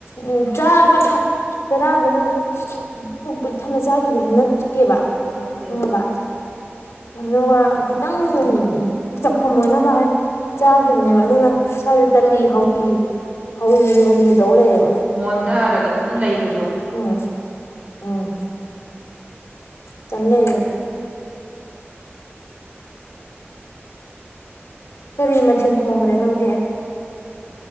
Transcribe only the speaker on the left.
ꯎꯝ ꯆꯥꯕ ꯂ ꯆꯔꯥꯗꯨꯅꯁꯨ ꯄꯨꯛ ꯄꯛ ꯊꯟꯅ ꯆꯥꯈꯤꯕꯁꯨ ꯅꯠꯇꯦ ꯕ
ꯈꯪꯉꯕ ꯑꯗꯨꯒ ꯈꯤꯇꯪ ꯆꯠꯐꯝ ꯑꯣꯏꯅꯕ ꯍꯥꯏ ꯆꯥꯈꯤꯕꯅꯦꯕ ꯑꯗꯨꯅ ꯁ꯭ꯋꯥꯏꯗ ꯇꯜꯂꯤ ꯍꯧꯥꯎꯤ ꯍꯧꯥꯎꯤ ꯍꯧꯤ ꯇꯧ ꯂꯩꯌꯦꯕ
ꯎ ꯎꯝ ꯆꯂꯩꯅ ꯀꯔꯤ ꯃꯊꯦꯜ ꯊꯣꯡꯈ꯭ꯔꯦ ꯅꯪꯗꯤ